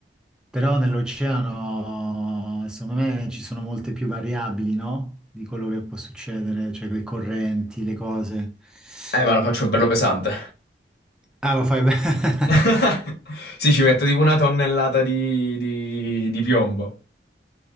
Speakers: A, in the centre; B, on the left.
A: però nell'oceano, secondo me, ci sono molte più variabili, no? Di quello che può succedere, cioè le correnti, le cose.
B: Eh, ma lo faccio
A: E-
B: bello pesante.
A: Ah, lo fai bene. <laughs>
B: <laughs> Sì, ci metto tipo una tonnellata di, di- di piombo.